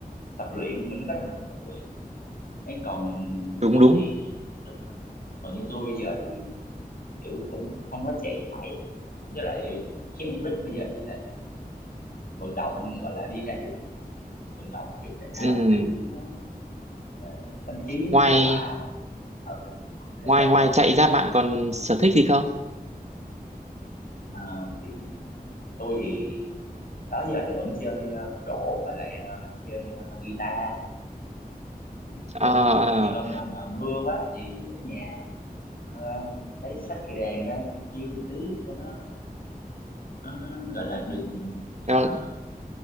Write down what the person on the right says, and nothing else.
đúng
đúng.
Ừ.
Ngoài
ngoài
ngoài
chạy ra bạn còn sở thích gì không?
Ờ,
ờ,
cho,